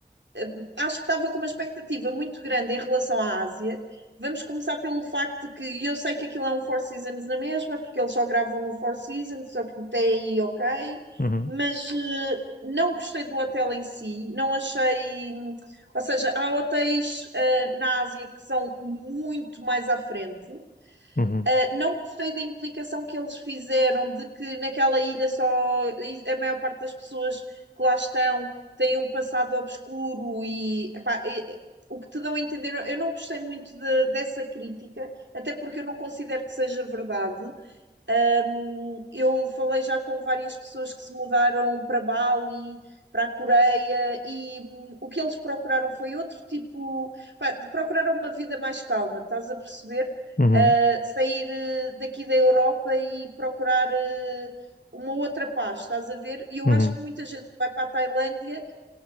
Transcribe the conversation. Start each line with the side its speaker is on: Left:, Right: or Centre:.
Right: Eh, acho que estava com uma expectativa muito grande em relação à Ásia. Vamos começar pelo facto de que e eu sei que aquilo é um Four Seasons na mesma, porque eles só gravam no Four Seasons, só que até aí ok,
Left: uhum,
Right: mas eh, não gostei do hotel em si, não achei. Ou seja, há hotéis eh, na Ásia que são muito mais à frente
Left: uhum,
Right: Uh, não gostei da implicação que eles fizeram de que naquela ilha só a maior parte das pessoas que lá estão têm um passado obscuro e, epá, e- o que te dão a entender. Eu não gostei muito de- dessa crítica, até porque eu não considero que seja verdade. Um, eu falei já com várias pessoas que se mudaram para Bali, para a Coreia, e hum, o que eles procuraram foi outro tipo. pá, procuraram uma vida mais calma, estás a perceber?
Left: uhum,
Right: Uh, sair eh, daqui da Europa e procurar eh, uma outra paz, estás a ver? E eu
Left: uhum,
Right: acho que muita gente que vai para a Tailândia,